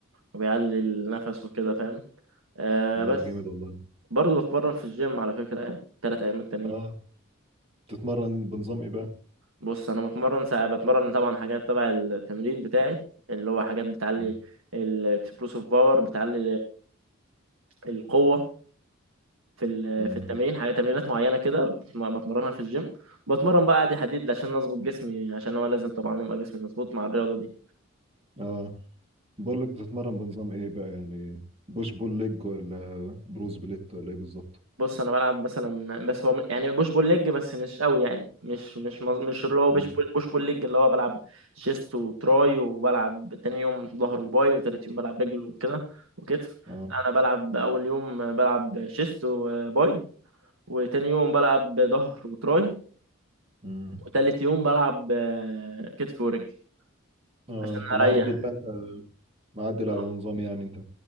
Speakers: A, on the right; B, on the right.
A: وبيعلي النفس وكده فاهم آه
B: اه
A: بس
B: جامد والله
A: برضه بتمرن في الجيم على فكرة يعني تلات أيام التانيين
B: اه بتتمرن بنظام ايه بقى
A: بص أنا بتمرن ساعة بتمرن طبعا حاجات تبع التمرين بتاعي اللي هو حاجات بتعلي
B: مم.
A: الاكسبلوسيف باور بتعلي القوة في ال-
B: مم.
A: في التمرين حاجة تمرينات معينة كده بتم- بتمرنها في الجيم بتمرن بقى عادي حديد عشان أظبط جسمي عشان هو لازم طبعا يبقى جسمي مظبوط مع الرياضة دي
B: اه بقول لك بتتمرن بنظام ايه بقى يعني بوش بول ليج ولا بروز بليت ولا ايه بالظبط
A: بص انا بلعب مثلا بس هو م- يعني بوش بول ليج بس مش قوي يعني مش مش مز- مش اللي هو
B: اه
A: بوش بول بوش بول ليج اللي هو بلعب شيست وتراي وبلعب تاني يوم ظهر وباي وتالت يوم بلعب رجل وكده وكتف
B: اه
A: لا، انا بلعب اول يوم بلعب شيست وباي وتاني يوم بلعب ظهر وتراي
B: مم.
A: وتالت يوم بلعب آه، كتف ورجل
B: اه
A: عشان
B: انت معدل
A: اريح
B: بقى انت معدل على
A: اه
B: نظام يعني انت